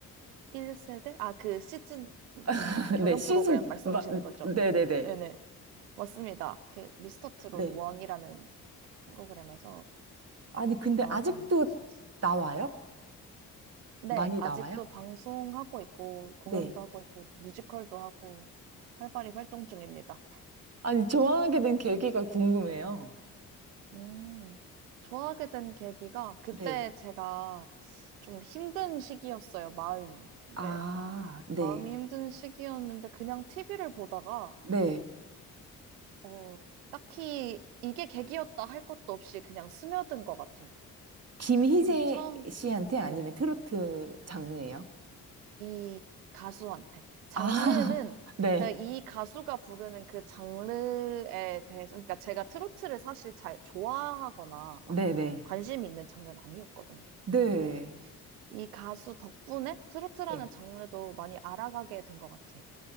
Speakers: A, on the right (about 75°); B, on the right (about 35°).
A: 1세대? 아, 그 시즌, 그
B: <laughs>
A: 경연
B: 네, 시즌,
A: 프로그램 말씀하시는
B: 마,
A: 거죠?
B: 네네네.
A: 네네. 맞습니다. 그 미스터 트롯
B: 네.
A: 1이라는 그 프로그램에서
B: 아니, 근데
A: 나왔던
B: 아직도
A: 가수였어요.
B: 나와요?
A: 네,
B: 많이
A: 아직도
B: 나와요?
A: 방송하고 있고, 공연도
B: 네.
A: 하고 있고, 뮤지컬도 하고, 활발히 활동 중입니다.
B: 아니, 좋아하게 된 계기가 궁금해요.
A: 음, 좋아하게 된 계기가 그때
B: 네.
A: 제가 좀 힘든 시기였어요, 마음이. 네,
B: 아, 네.
A: 마음이 힘든 시기였는데 그냥 TV를 보다가
B: 네.
A: 어, 딱히 이게 계기였다 할 것도 없이 그냥 스며든 것 같아요.
B: 김희재
A: 좀 처음,
B: 씨한테 아니면
A: 네네네.
B: 트로트 장르예요?
A: 이 가수한테. 장르는
B: 아, <laughs> 네.
A: 제가 이 가수가 부르는 그 장르에 대해서, 그러니까 제가 트로트를 사실 잘 좋아하거나 막
B: 네네.
A: 관심이 있는 장르는 아니었거든요.
B: 네.
A: 그런데 이 가수 덕분에 트로트라는
B: 네.
A: 장르도 많이 알아가게 된 것 같아요.